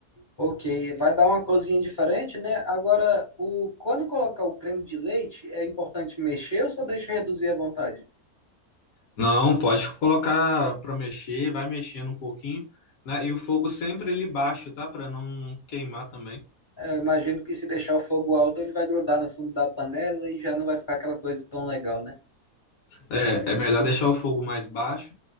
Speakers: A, on the left (about 20°); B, on the left (about 70°).
A: Ok, vai dar uma cozinha diferente, né? Agora, o, quando colocar o creme de leite, é importante mexer ou só deixa reduzir à vontade?
B: Não, pode colocar para mexer, vai mexendo um pouquinho, né? E o fogo sempre ele baixo, tá? Para não queimar também.
A: É, eu imagino que se deixar o fogo alto, ele vai grudar no fundo da panela e já não vai ficar aquela coisa tão legal, né?
B: É, é melhor deixar o fogo mais baixo.